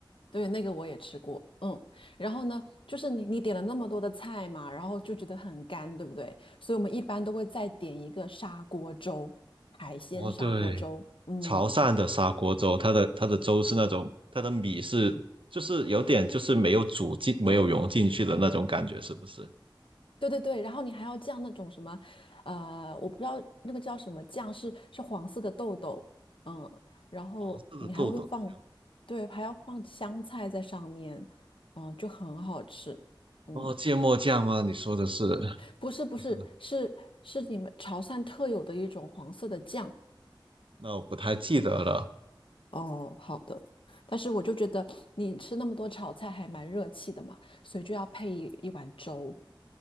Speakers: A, on the left (about 80°); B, on the right (about 80°).
A: 对，那个我也吃过。嗯，然后呢，就是你你点了那么多的菜嘛，然后就觉得很干，对不对？所以我们一般都会再点一个砂锅粥，海鲜砂锅粥。
B: 哦，对，
A: 嗯，
B: 潮汕的砂锅粥，它的它的粥是那种，它的米是就是有点就是没有煮进，没有融进去的那种感觉，是不是？
A: 对对对，然后你还要酱那种什么，呃，我不知道那个叫什么酱，是是黄色的豆豆，嗯，然后你还会放，
B: 黄色的豆豆酱，
A: 对，还要放香菜在上面，嗯，就很好吃，嗯，
B: 哦，芥末酱吗？你说的是，<laughs>
A: 不是不是是是你们潮汕特有的一种黄色的酱，
B: 不是那我不太记得了。
A: 哦，好的，但是我就觉得你吃那么多炒菜还蛮热气的嘛，所以就要配一一碗粥，